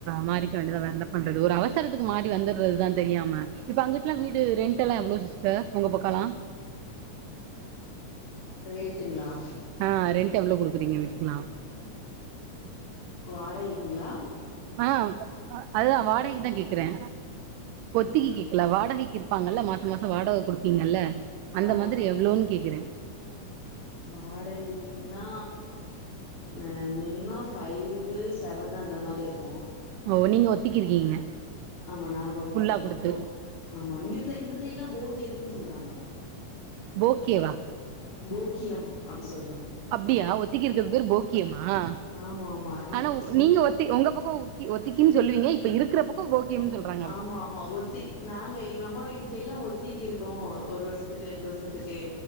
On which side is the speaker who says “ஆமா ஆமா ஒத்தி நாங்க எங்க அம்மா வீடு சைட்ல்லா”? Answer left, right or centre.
Left